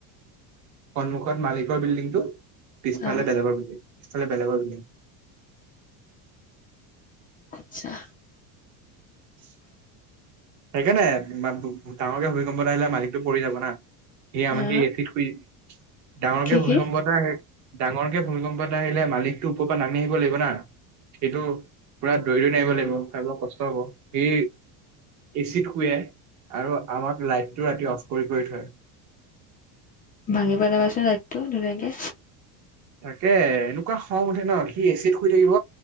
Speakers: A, on the right (about 40°); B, on the left (about 20°).
A: সন্মুখত মালিকৰ বিল্ডিংটো পিছফালে
B: অ',
A: বেলেগৰ বিল্ডিং পিছফালে বেলেগৰ বিল্ডিং
B: আতছা
A: <unintelligible> এনে ডাঙৰকে ভূমিকম্প এটা আহিলে মালিকটো পৰি যাব না সি
B: হা
A: এচিট শুই ডাঙৰকে
B: কি
A: ভূমিকম্প
B: কি?
A: এটা আহে। ডাঙৰকে ভূমিকম্প এ আহিলে মালিকটো ওপৰ পৰা নামি আহিব লাগিব না সেইটো। পোৰা দৌৰি দৌৰি নামিব লাগিব তাৰ অলপ কষ্ট হব সি এচিত শুৱে আৰু আমাক লাইটটো ৰাতি অফ কৰি কৰি থয়
B: ভাঙি পেলাবাচোন লাইটটো ধুনীয়াকে
A: তাকে এনেকুৱা খং উঠে ন সি এচিট শুই থাকিব